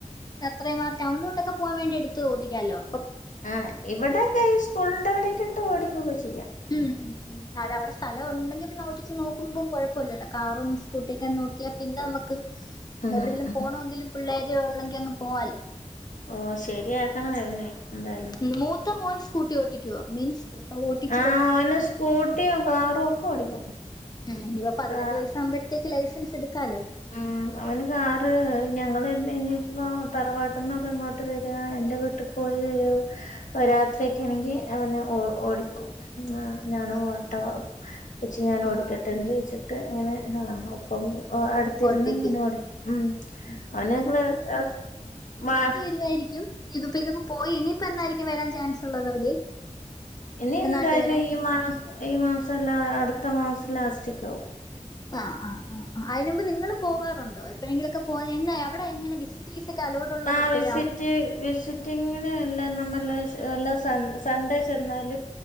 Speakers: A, on the left; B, on the left.
A: അത്രയും ആ ടൗണിലോട്ടൊക്കെ പോകാൻ വേണ്ടി എടുത്ത് ഓട്ടിക്കാല്ലോ.
B: ആഹ് ഇവിടെയക്ക ഈ സ്കൂളിന്റെവിടെക്ക ഇട്ട് ഓടികൊക്കെ ചെയ്യും
A: ഉം അതവിടെ സ്ഥലം ഉണ്ടെങ്കിൽ പിന്നെ ഓട്ടിച്ച് നോക്കുമ്പോ കുഴപ്പമല്ലല്ലോ കാറും സ്കൂട്ടിയ ഒക്കെ നോക്കിയാൽ പിന്നെ നമുക്ക്
B: ഉം
A: എവിടെങ്കിലും
B: ഉം
A: പോണമെങ്കിലും പിള്ളേരു ഉള്ളെങ്ക അങ് പോവാലോ.
B: ഓ ശരിയാക്കണം എങ്ങേനെലും എന്തായാലും
A: ഉം മൂത്ത മോൻ സ്കൂട്ടി ഓട്ടിക്കുവോ മീൻസ് ഇപ്പൊ ഓട്ടി
B: ആഹ് ഓന് സ്കൂട്ടിയും കാറും ഒക്കെ ഓടിക്കും.
A: ഉം ഇനി ഇപ്പ പതിനെട്ട്
B: കാ
A: വയസ്സ് ആകുമ്പോഴത്തേക്ക് ലൈസൻസ് എടുക്കാലോ.
B: ഉം. അവന് കാറ് ഞങ്ങൾ ഇനിയിപ്പോൾ തറവാട്ടിൽ നിന്നൊക്കെ ഇങ്ങോട്ട് വരിക എൻ്റെ വീട്ട പോയി വരും രാത്രിയൊക്കെ ആണെങ്കിൽ അവനെ ഓടിക്കും. ഞാൻ
A: ആഹ്
B: ഓട്ട വച്ച് ഞാൻ ഓടിക്കട്ടെ
A: ആഹ്
B: എന്ന് ചോദിച്ചിട്ട് അങ്ങനെ ആഹ് ഒപ്പം അടു <unintelligible>
A: ഓട്ടിക്കും. ഉം ഇവായിരിക്കും. ഇതിപ്പോ ഇതിപ്പോ പോയി ഇനിയിപ്പോ എന്നായിരിക്കും വരാൻ ചാൻസ് ഉള്ളത് അവര്?
B: ഇനി എന്തായാലും
A: നാട്ടി വരാൻ?
B: ഈ മാസം ഈ മാസല്ല അടുത്ത മാസം ലാസ്റ്റക്ക് ആവും.
A: ആഹ് ആഹ് ആഹ് ആഹ് അതിന് മുമ്പ് നിങ്ങൾ പോവാറുണ്ടോ എപ്പോഴെങ്കിലൊക്കെ പോ എന്ന എവിടെ എങ്ങനെ വി വിസിക്ക അലോട് ഉള്ളത്
B: ആഹ്
A: എപ്പോഴാ?
B: വിസിറ്റ് വിസിറ്റിങ്ങിന് എല്ലാ നമ്മെല്ല എല്ലാം സൺ സൺഡേ ചെന്നാൽ